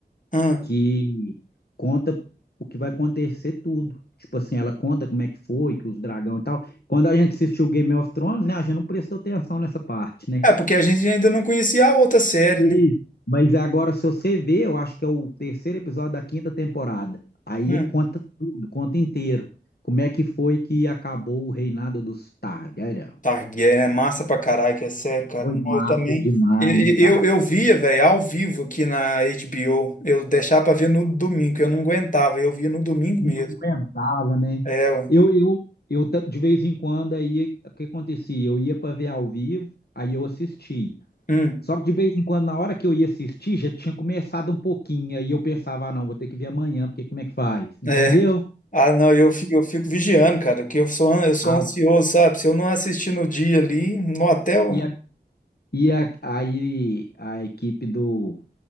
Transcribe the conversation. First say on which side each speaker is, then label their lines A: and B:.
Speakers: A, on the left (about 50°); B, on the left (about 65°).
A: ah.
B: que conta o que vai acontecer tudo. Tipo assim, ela conta como é que foi, que os dragão e tal. Quando a gente assistiu Game of Thrones, né, a gente não prestou atenção nessa parte, né?
A: É, porque a gente ainda não conhecia a outra série,
B: E Mas agora, se você ver, eu acho que é o terceiro episódio da quinta temporada. Aí
A: Hum,
B: conta tudo, conta inteiro. Como é que foi que acabou o reinado dos Targaryen?
A: Targaryen é massa pra caralho, que é sério, cara.
B: foi
A: Não,
B: massa
A: eu também.
B: demais,
A: Eu,
B: hein, cara?
A: eu, eu via, velho, ao vivo aqui na HBO. Eu deixava pra ver no domingo, que eu não aguentava. Eu via no domingo
B: Não
A: mesmo.
B: aguentava, né?
A: É, ué.
B: Eu, eu, eu ta- de vez em quando aí o que acontecia? Eu ia para ver ao vivo, aí eu assistia.
A: Hum,
B: Só que de vez em quando, na hora que eu ia assistir, já tinha começado um pouquinho, aí eu pensava, ah, não, vou ter que ver amanhã, porque como é que faz? Entendeu?
A: é. Ah, não, eu fico, eu fico vigiando, cara, que eu sou, an- eu sou
B: A-
A: ansioso, sabe? Se eu não assistir no dia ali, no hotel,
B: e a, e a- aí a equipe do